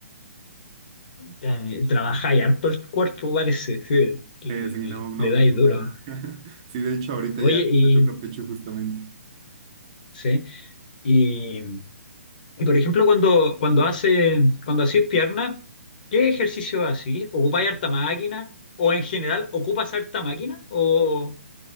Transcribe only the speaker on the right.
Eh, sí, no, no,
pues, o
sea, <laughs> sí, de hecho, ahorita
ya
me toca pecho justamente.